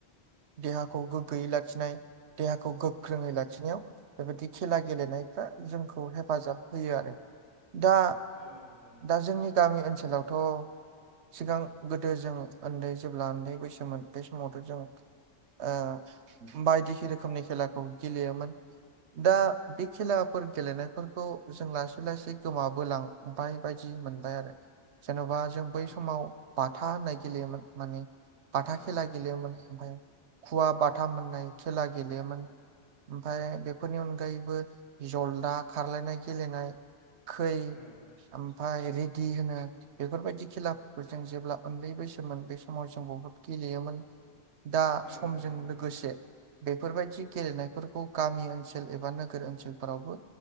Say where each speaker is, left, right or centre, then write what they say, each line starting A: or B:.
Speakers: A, on the right; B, on the left.
A: देहाखौ गोग्गोयै लाखिनाय देहाखौ गोख्रोङै लाखिनायाव, बेबायदि खेला गेलेनायफ्रा जोंखौ हेफाजाब होयो आरो दा,
B: औ औ नंगौ नोंथां
A: दा जोंनि गामि ओनसोलावथ' सिगां गोदो जों उन्दै जेब्ला उन्दै बैसोमोन बे समावथ' जों ओ बायदि रोखोमनि खेलाखौ गेलेयोमोन। दा बे खेलाफोर गेलेनायफोरखौ जों लासै लासै गोमाबोलां, बाय बायदि मोनबाय आरो जेन'बा जों बै
B: औ
A: समाव बाथा होननाय गेलेयोमोन माने बाथा
B: औ
A: खेला गेलेयोमोन ओमफाय, खुवा बाथाम मोननाय खेला गेलेयोमोन, ओनफाय बेफोरनि अनगायैबो जलदा खारलायनाय गेलेनाय, खै
B: औ
A: ओमफाय रेडि होनो बेफोरबायदि खेलाफोरखौ जों जेब्ला उन्दै बैसोन बे समाव जों बहुद गेलेयोमोन दा,
B: औ
A: समजों
B: औ नंगौ नोंथां
A: लोगोसे, बेफोरबायदि गेलेनायफोरखौ गामि ओनसोल एबा नोगोर ओनसोलफोरावबो,